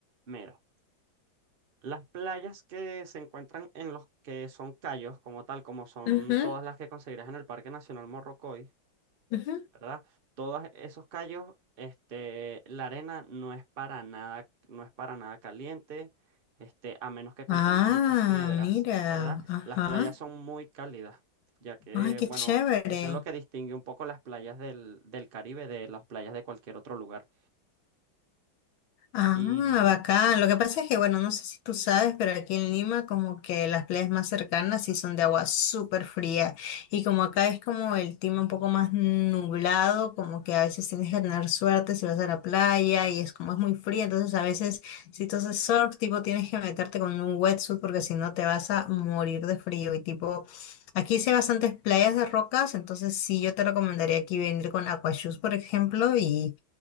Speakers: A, on the right (about 60°); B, on the left (about 80°).
A: Mira, las playas que se encuentran en los que son cayos, como tal, como son
B: Ujú,
A: todas las que conseguirás en el Parque Nacional Morrocoy,
B: ujú.
A: ¿verdad? Todos esos cayos, este, la arena no es para nada, no es para nada caliente, este, a menos que contenga
B: Ah,
A: muchas piedras,
B: mira,
A: ¿verdad?
B: ajá.
A: Las playas son muy cálidas, ya que,
B: Ay, qué
A: bueno,
B: chévere.
A: eso es lo que distingue un poco las playas del, del Caribe de las playas de cualquier otro lugar.
B: Ah,
A: Y
B: bacán. Lo que pasa es que, bueno, no sé si tú sabes, pero aquí en Lima como que las playas más cercanas sí son de agua súper fría. Y como acá es como el clima un poco más nublado, como que a veces tienes que tener suerte si vas a la playa y es como es muy fría, entonces a veces si tú haces surf, tipo tienes que meterte con un wetsuit porque si no te vas a morir de frío. Y tipo, aquí sí hay bastantes playas de rocas, entonces sí yo te recomendaría aquí venir con aquashoes, por ejemplo, y...